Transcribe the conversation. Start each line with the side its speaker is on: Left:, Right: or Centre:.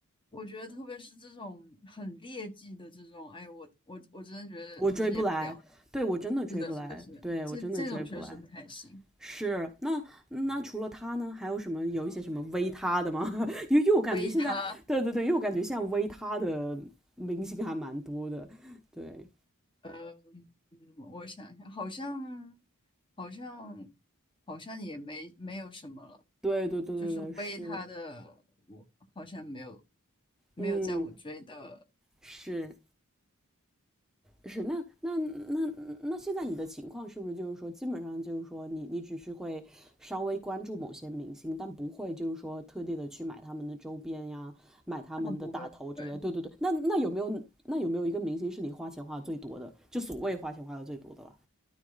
Left: 我觉得特别是这种很劣迹的这种，哎呦，我我我真的觉得理解不了。
Centre: 我追不来，对我真的追不来，
Left: 是的，是的，是的，
Centre: 对我真的追不来。
Left: 这这种确实不太行。
Centre: 是，那那除了他呢，还有什么有一些什么微他的吗？<laughs> 因为因为我感觉现在，
Left: 微他，
Centre: 对对对，因为我感觉现在微他的明星还蛮多的，对，
Left: 呃，嗯我想一下，好像好像好像也没没有什么了，
Centre: 对对对对对，
Left: 就是微他的，
Centre: 是，
Left: 我好像没有没有在我追的。
Centre: 嗯，是是，那那那那现在你的情况是不是就是说，基本上就是说你，你只是会稍微关注某些明星，但不会就是说特地的去买他们的周边呀，买他们的打头之类。
Left: 啊，不会不会，
Centre: 对对对，那那有没有那有没有一个明星是你花钱花的最多的？就所谓花钱花的最多的了？